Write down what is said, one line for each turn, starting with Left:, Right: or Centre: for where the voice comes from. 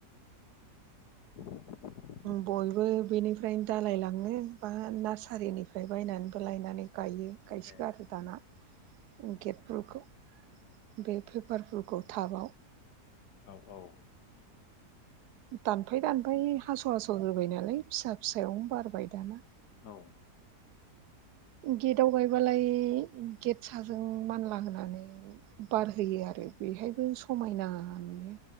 Left: <inaudible>
Right: बयबो बेनिफ्रायनो दालायलाङो बा नार्सारिनिफ्राय बायनानैबो लायनानै गायो। गायसोगारो
Left: ए
Right: दाना गेट बुखौ बे पेपार बुखौ टाबाव
Left: औ औ‌
Right: दानफाय दानफाय हास' हास' होबाय नालाय फिसा फिसायावनो बारबाय दाना।
Left: औ
Right: गेटाव गायबालाय गेट साजों मानला होनानै बारहोयो आरो बेहायबो समायना नुयो।